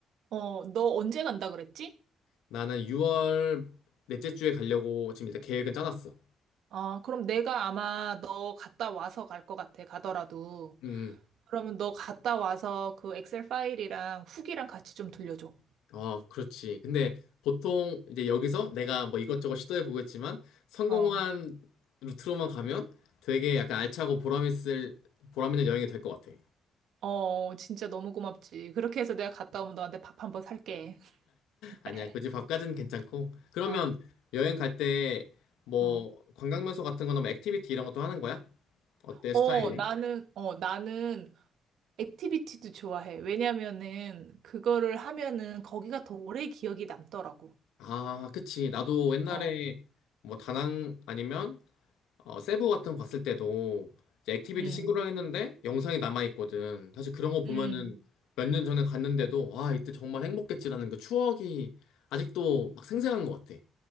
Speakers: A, on the right; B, on the left.
A: 어, 너 언제 간다 그랬지?
B: 나는 6월 넷째 주에 가려고 지금 일단 계획은 짜놨어.
A: 아, 그럼 내가 아마 너 갔다 와서 갈 것 같아, 가더라도.
B: 음,
A: 그러면 너 갔다 와서 그 엑셀 파일이랑 후기랑 같이 좀 들려줘.
B: 어, 그렇지. 근데 보통 이제 여기서 내가 뭐 이것저것 시도해 보겠지만, 성공한
A: 어,
B: 루트로만 가면 되게 약간 알차고 보람 있을, 보람 있는 여행이 될 것 같아.
A: 어, 진짜 너무 고맙지. 그렇게 해서 내가 갔다 오면 너한테 밥 한번 살게. <laughs>
B: 아니야, 굳이 밥까지는 괜찮고. 그러면
A: 어,
B: 여행 갈 때 뭐
A: 어.
B: 관광명소 같은 거나 뭐 액티비티 이런 것도 하는 거야? 어때,
A: 어,
B: 스타일이?
A: 나는, 어, 나는 액티비티도 좋아해. 왜냐면은 그거를 하면은 거기가 더 오래 기억이 남더라고.
B: 아, 그치. 나도 옛날에
A: 어.
B: 뭐 다낭 아니면 어, 세부 같은 거 갔을 때도 이제 액티비티
A: 음,
B: 친구랑 했는데 영상이 남아있거든. 사실 그런 거 보면은
A: 음,
B: 몇 년 전에 갔는데도 와, 이때 정말 행복했지라는 그 추억이 아직도 막 생생한 것 같아.